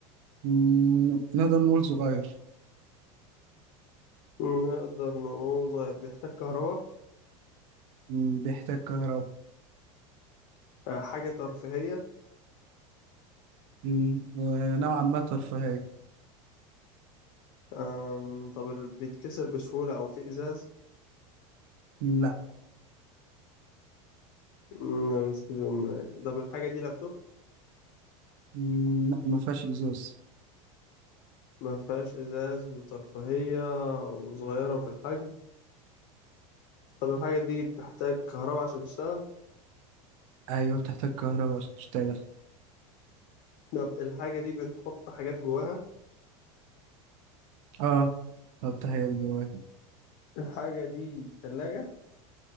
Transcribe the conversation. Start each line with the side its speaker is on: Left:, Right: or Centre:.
Right: مم، نقدر نقول صغير
Left: مم، نقدر نقول صغير بيحتاج كهرباء
Right: مم، بيحتاج كهرباء
Left: آه، حاجة ترفيهية
Right: مم، آه، نوعا ما ترفيهية
Left: آم، طب ال- بيتكسر بسهولة أو فيه إزاز؟
Right: مم، لا
Left: مم، لا بيتكسر طب الحاجة دي لابتوب
Right: مم، لا ما فيهاش ازاز
Left: ما فيهاش إزاز وترفيهية وصغيرة في الحجم طب الحاجة دي بتحتاج كهرباء عشان تشتغل؟
Right: ايوه بتحتاج كهرباء عشان تشتغل
Left: طب الحاجة دي بنحط حاجات جواها
Right: اه بتحتاج جواه
Left: الحاجة دي تلاجة؟